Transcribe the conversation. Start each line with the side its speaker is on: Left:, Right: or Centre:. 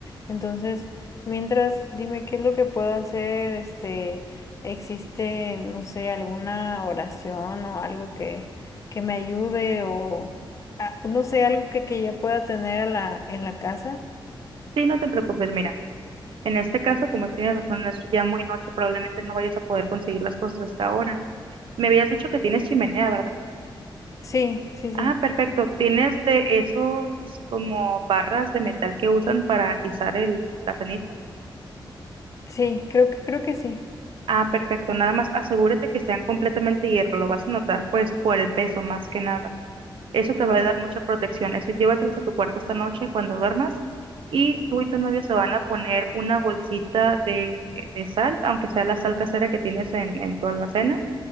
Left: Entonces, mientras, dime qué es lo que puedo hacer, este, existe, no sé, alguna oración o algo que, que me ayude o ah, no sé, algo que, que ya pueda tener en la, en la casa.
Right: Sí, no te preocupes, mira. En este caso, como tienes razón, es ya muy noche, probablemente no vayas a poder conseguir las cosas hasta ahora. Me habías dicho que tienes chimenea, ¿verdad?
Left: Sí, sí, sí.
Right: Ah, perfecto. ¿Tienes de esos como barras de metal que usan para atizar el, la ceniza?
Left: Sí, creo que, creo que sí.
Right: Ah, perfecto. Nada más asegúrate que sean completamente hierro. Lo vas a notar pues por el peso más que nada. Eso
Left: Ok.
Right: te va a dar mucha protección. Eso llévatelos a tu cuarto esta noche cuando duermas. Y tú y tu novio se van a poner una bolsita de, de sal, aunque sea la sal casera que tienes en, en tu alacena